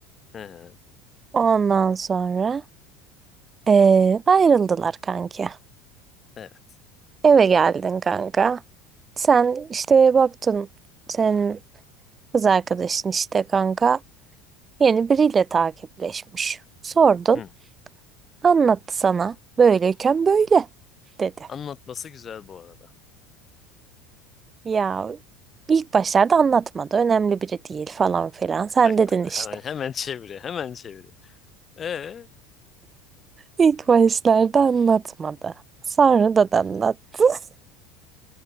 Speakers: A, on the left (about 30°); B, on the right (about 25°).
A: hı hı.
B: Ondan sonra ee, ayrıldılar kanki.
A: Evet.
B: Eve geldin kanka. Sen işte baktın senin Kız arkadaşın işte kanka Yeni biriyle takipleşmiş. Sordun,
A: Hı.
B: anlattı sana. Böyleyken böyle dedi.
A: Anlatması güzel bu arada.
B: Ya ilk başlarda anlatmadı. Önemli biri değil falan filan. Sen
A: Bak
B: dedin
A: bak.
B: işte.
A: Hemen hemen çeviriyor. Hemen çeviriyor. Ee?
B: İlk başlarda anlatmadı. Sonra da da anlattı. <laughs>